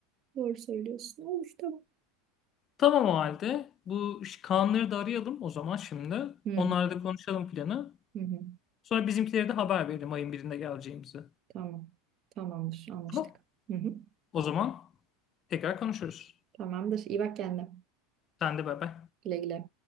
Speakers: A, on the right (about 45°); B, on the left (about 35°).
A: Doğru söylüyorsun. Olur tamam.
B: Tamam o halde. Bu ş- Kaanları da arayalım o zaman şimdi.
A: Hı
B: Onlarla
A: hı.
B: da konuşalım planı.
A: Hı hı.
B: Sonra bizimkilere de haber verelim ayın birinde geleceğimizi.
A: Tamam. Tamamdır. Anlaştık.
B: Tamam.
A: Hı hı.
B: O zaman tekrar konuşuruz.
A: Tamamdır. İyi bak kendine.
B: Sen de bay bay.
A: Güle güle.